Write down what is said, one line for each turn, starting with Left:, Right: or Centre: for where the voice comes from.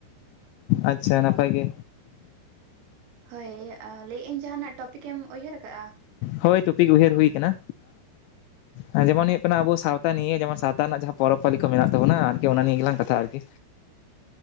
Left: ᱟᱪᱪᱷᱟ ᱱᱟᱯᱟᱭ ᱜᱮ
Right: ᱦᱚᱭ ᱞᱟᱹᱭᱮᱜᱼᱟᱹᱧ ᱡᱟᱦ ᱟᱱᱟᱜ ᱴᱚᱯᱤᱠ ᱮᱢ ᱩᱭᱦᱟᱹᱨ ᱟᱠᱟᱜᱼᱟ᱾
Left: ᱦᱚᱭ ᱛᱚᱯᱤᱠ ᱩᱭᱦᱟᱹᱨ ᱦᱩᱭ ᱠᱟᱱᱟ ᱟᱸ ᱡᱮᱢᱚᱱ ᱦᱩᱭᱩᱜ ᱠᱟᱱᱟ ᱟᱵᱚ ᱥᱟᱶᱛᱟ ᱱᱤᱭᱟᱹ ᱡᱮ ᱥᱟᱶᱛᱟ ᱨᱮᱱᱟᱜ ᱡᱟᱦᱟᱸ ᱯᱚᱨᱚᱵᱽ-ᱯᱟᱹᱞᱤ ᱠᱚ ᱢᱮᱱᱟᱜ ᱛᱟᱵᱚᱱᱟ ᱟᱨᱠᱤ ᱚᱱᱟ ᱱᱤᱭᱟᱹ ᱜᱮᱞᱟᱝ ᱠᱟᱛᱷᱟᱜᱼᱟ ᱟᱨᱠᱤ